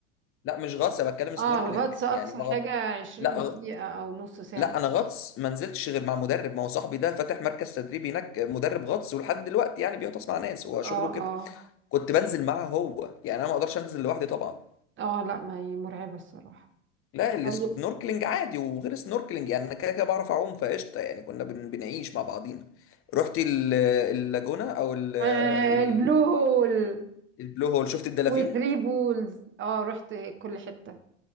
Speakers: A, on the left; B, on the right.
A: لا مش غطس انا بتكلم سنوركلينج
B: اه الغطس اقصى
A: يعني ما
B: حاجة
A: غط...
B: عشرين
A: لا
B: دقيقة
A: غ...
B: او نص ساعة
A: لا انا غطس ما نزلتش غير مع مدرب ما هو صاحبي ده فاتح مركز تدريب هناك مدرب غطس ولحد دلوقتي يعني بيغطس مع ناس هو شغله
B: اه
A: كده
B: اه
A: كنت بنزل معاه هو يعني انا ما اقدرش انزل لوحدي طبعا
B: اه لا ما هي مرعبة الصراحة
A: لا السنوركلينج
B: طيب
A: عادي وغير السنوركلينج يعني انا كده كده بعرف اعوم فقشطه يعني كنا بن... بنعيش مع بعضينا رحت ال- اللاجونة او ال...
B: آه
A: ال...
B: البلو هول
A: البلو هول شفت الدلافين
B: وثري بولز اه رحت كل حتة